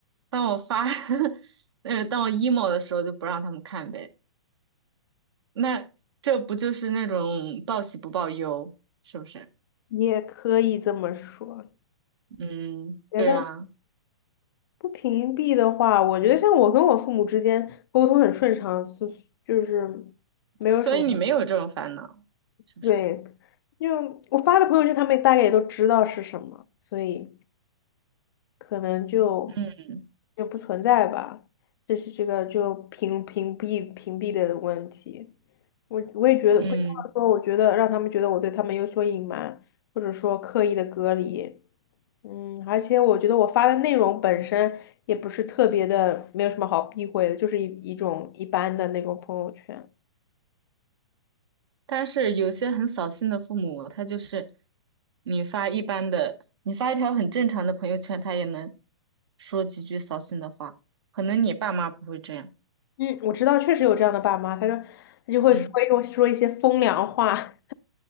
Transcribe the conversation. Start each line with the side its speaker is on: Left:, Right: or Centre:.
Right: 当我发，<laughs> 呃，当我 emo 的时候就不让他们看呗。那这不就是那种报喜不报忧，是不是？
Left: 也可以这么说。
Right: 嗯，
Left: 觉得
Right: 对啊。
Left: 不屏蔽的话，我觉得像我跟我父母之间沟通很顺畅，是就是没有什么，
Right: 所以你没有这种烦恼，是不是？
Left: 对，因为我发的朋友圈，他们大概也都知道是什么，所以可能就
Right: 嗯
Left: 就不存在吧，这是这个就屏屏蔽屏蔽的问题。我我也觉得不希望说，
Right: 嗯。
Left: 我觉得让他们觉得我对他们有所隐瞒，或者说刻意的隔离。嗯，而且我觉得我发的内容本身也不是特别的，没有什么好避讳的，就是一一种一般的那种朋友圈。
Right: 但是有些很扫兴的父母，他就是你发一般的，你发一条很正常的朋友圈，他也能说几句扫兴的话。可能你爸妈不会这样，
Left: 嗯，我知道确实有这样的爸妈，他说他就会说一种说一些风凉话，
Right: 嗯，